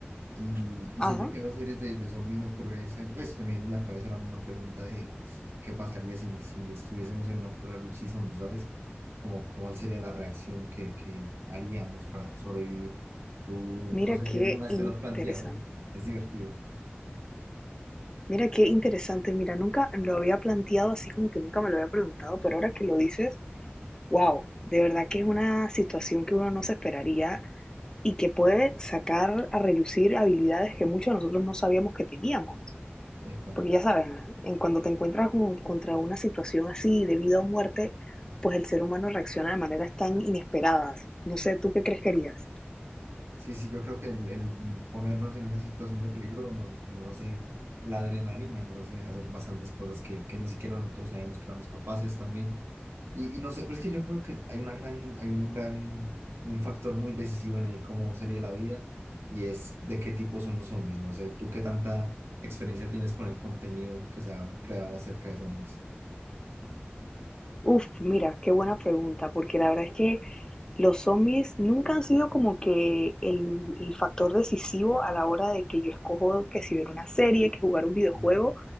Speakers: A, on the right (about 80°); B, on the left (about 20°).
A: Y, y
B: Ajá,
A: siempre que veo series de, de zombies me ocurre, ese- pues se me viene en la cabeza la misma pregunta de qué pasaría si, si estuviésemos en una apocalipsis zombie, ¿sabes? Como, ¿cuál sería la reacción que, que haríamos para sobrevivir? Tú,
B: mira
A: no sé
B: qué
A: si alguna vez
B: interesante.
A: te lo has planteado, ¿no? es divertido.
B: Mira qué interesante. Mira, nunca lo había planteado así como que nunca me lo había preguntado, pero ahora que lo dices, wow, de verdad que es una situación que uno no se esperaría y que puede sacar a relucir habilidades que muchos de nosotros no sabíamos que teníamos.
A: Epa.
B: Porque ya sabes, en cuando te encuentras con- contra una situación así de vida o muerte, pues el ser humano reacciona de maneras tan inesperadas. No sé, ¿tú qué crees que harías?
A: Sí, sí, yo creo que el, el ponernos en esa situación de peligro nos, nos hace la adrenalina, nos hace hacer bastantes cosas que, que ni siquiera nosotros sabíamos que éramos capaces también. Y, y no sé, pero es que yo creo que hay una gran, hay un gran, un factor muy decisivo en el cómo sería la vida y es de qué tipo son los zombies. No sé, tú qué tanta experiencia tienes con el contenido que se ha creado acerca de zombies.
B: Uf, mira, qué buena pregunta, porque la verdad es que los zombies nunca han sido como que el, el factor decisivo a la hora de que yo escojo que si ver una serie, que jugar un videojuego,
A: Mm,